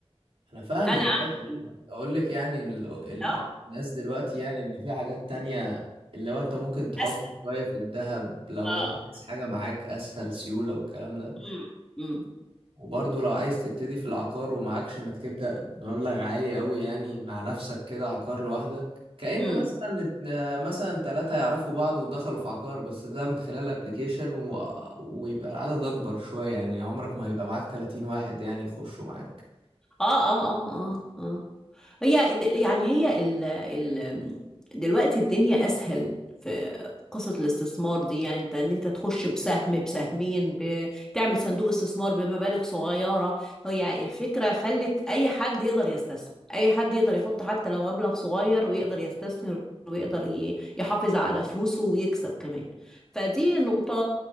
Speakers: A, on the right; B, in the centre.
A: انا فاهمك
B: انا اعمل
A: أيوة،
B: ايه
A: اقول لك يعني إن ال- ال-
B: اه
A: الناس دلوقتي يعني ان في حاجات تانية اللي هو انت ممكن تحط
B: اسهل
A: شوية في الذهب لو
B: اه
A: انت عايز حاجة معاك اسهل سيولة والكلام ده
B: امم امم
A: وبرضه لو عايز تبتدي في العقار ومعكش انك تبدأ بمبلغ عالي قوي يعني مع نفسك كده عقار لوحدك كأن
B: امم
A: مثلا اتن- آه، مثلا ثلاثة يعرفوا بعض ودخلوا في عقار بس ده من خلال ابلكيشن و... ويبقى العدد اكبر شوية يعني عمرك ما هيبقى معاك 30 واحد يعني يخشوا معاك
B: اه اه اه اه اه هي د- يعني هي ال ال دلوقتي الدنيا اسهل في قصة الاستثمار دي يعني انت ان انت تخش بسهم بسهمين بتعمل صندوق استثمار بمبالغ صغيرة هي الفكرة خلت اي حد يقدر يستثمر اي حد يقدر يحط حتى لو مبلغ صغير ويقدر يستثمر ويقدر ي- يحافظ على فلوسه ويكسب كمان فدي نقطة